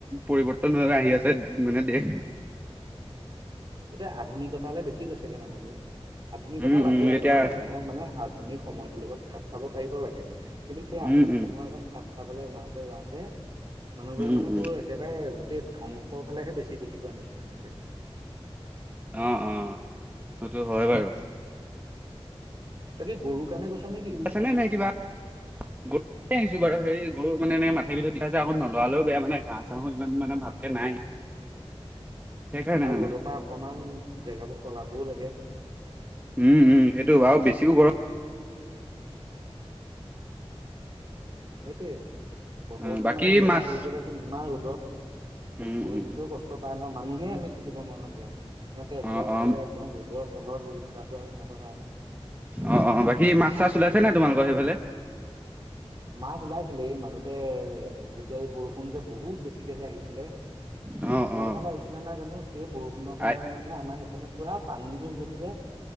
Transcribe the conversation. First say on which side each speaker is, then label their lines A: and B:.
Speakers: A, on the right; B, on the right.
A: পৰিৱৰ্তন হৈ আহি আছে মানে দেহ
B: উম, এতিয়া আধুনিকত হালে বেছি গৈছেগে মানুহবোৰ আধুনিকতা
A: উম,
B: লাগে
A: উম,
B: আকৌ
A: এতিয়া
B: দেই মানুহক মানে সময়তৰ লগত খাপ খাব পাৰিব লাগে কিন্তু সেই আধুনিক
A: উম, উম,
B: সময়ৰ লগত খাপ খ খাবলৈ যাওতে - যাওতে মানুহবোৰে
A: উম,
B: মানে
A: উম,
B: তোৰ একেবাৰে প্ৰ ধ্বংসৰ ফালেহে বেছি গতি কৰা নিচিনা হৈছে।
A: অ - অ সেইটো হয় বাৰু।
B: তই কি গৰুৰ কাৰণে গৈছ নেকি?
A: ছানে নাই কিবা গ আহিছো বাৰু। হেৰি গৰু মানে এনে মথাাৰ ভিতৰত দিবা যায় আকৌ নলালেও বেয়া মানে ঘাহ চাহো ইমান মানে ভালকে নাই। সেইকাৰণে
B: আৰু
A: মানে
B: ৰ'দৰ পৰা অকমান জেগাবোৰ সলাবও লাগে।
A: উম - উম সেইটো আৰু বেছিকো গৰম
B: উম, সেইটোৱে বতৰটো
A: অ বাকী
B: মানে এনেকুৱা
A: মাছ
B: হৈ গলেতো ইমান ৰ'দত
A: উম,
B: গৰু
A: উম,
B: পকেও কষ্ট পায় ন মানুহে আমি থাকিব নোৱাৰা হৈ যাও। সিহতে একেৰাহে
A: অ', অ',
B: একদম ৰ'দৰ তলত ৰই থকাটো আৰু সিহঁতৰ কাৰণে
A: অ - অ বাকী মাছ চাছ ওলাইছে নে তোমালোকৰ সেইফালে
B: মাছ ওলাইছিলে এই মাজতে এ যেতিয়া এই বৰষুণ যে বহুত বেছি। যে আহিছিলে
A: অ
B: তহ
A: অ
B: ফালে আহিছিলে নাই জানো সেই বৰষুণৰ সময়ত
A: আই
B: মানে আমাৰ সেইফালে পুৰা পানী হৈ গ'ল যে।